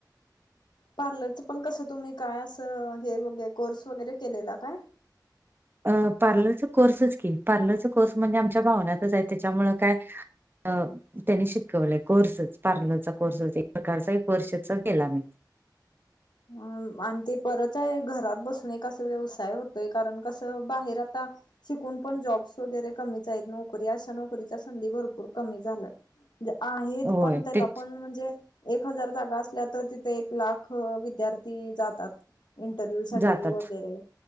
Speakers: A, on the left (about 80°); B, on the right (about 30°).
A: पार्लरच पण कसं तुम्ही काय असं हे व कोर्स वगैरे केलेला काय
B: अ पार्लरचा कोर्सच की पार्लरचा कोर्स म्हणजे आमच्या भावनातच आहे त्याच्यामुळ काय अ त्यांनी शिकवलंय कोर्सच पार्लरचा कोर्सच एक प्रकारचा कोर्सेस गेला म
A: अ आणि ते परत आहे घरात बसून एक असं व्यवसाय होतोय कारण कसं बाहेर आता शिकून पण जॉब्स वगैरे कमीच आहेत नोकरी अशा नोकरीच्या संधी भरपूर कमी झाल्या हे
B: होय
A: पण त्याला
B: तेच
A: पण म्हणजे एक हजार जागा असल्या तर तिथे एक लाख विद्यार्थी जातात इंटरव्ह्यू साठी
B: जातात
A: वगैरे